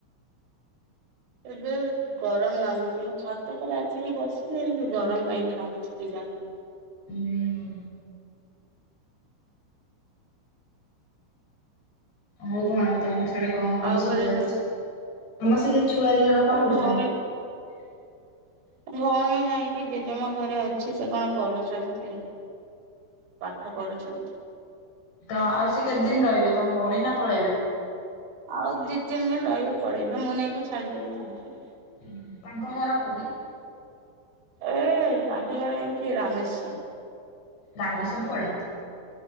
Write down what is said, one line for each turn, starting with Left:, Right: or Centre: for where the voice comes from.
Right: ଏବେ ଗରମ ଲାଗୁଛି ମୁଁ ଛାତ ଉପରେ ଆସିକି ବସିଲିଣି ଗରମ କାହିଁକି ନାଗୁଛି କେଜାଣି?
Left: ହୁଁ ହଉ ହଁ ତମର ସେଆଡେ କଣ କଣ
Right: ଆଉ
Left: ସବୁ
Right: ଘରେ
Left: ଚାଲିଛି, ତମ ସେ ଯ ଛୁଆ ଦି ଜଣ କଣ
Right: ଏ
Left: କରୁଛନ୍ତି?
Right: ଭଉଣୀ
Left: <inaudible>
Right: ଭଉଣୀ ନାଇଁ କିି ଜେଜମା ଘରେ ଅଛି ସେ କଣ ପଢୁଛନ୍ତି। ପାଠ ପଢୁଛନ୍ତି।
Left: ତ ଆଉ ସେ କେତେଦିନ ରହିବେ ତମ ଭଉଣୀ ନା ପଳେଇବେ?
Right: ଆଉ ଦି ତିନି ଦିନ ରହିବେ ପଳେଇବେ ମୁଁ ନେଇକି ଛାଡିଦେବି ତାଙ୍କୁ।
Left: ହୁଁ ତାଙ୍କ ଘର କୋଉଠି?
Right: ଏ ତାଙ୍କ ଘର ଯାଇକି ରାମେଶ୍ଵର।
Left: ରାମେଶ୍ଵର କୁଆଡ଼େ?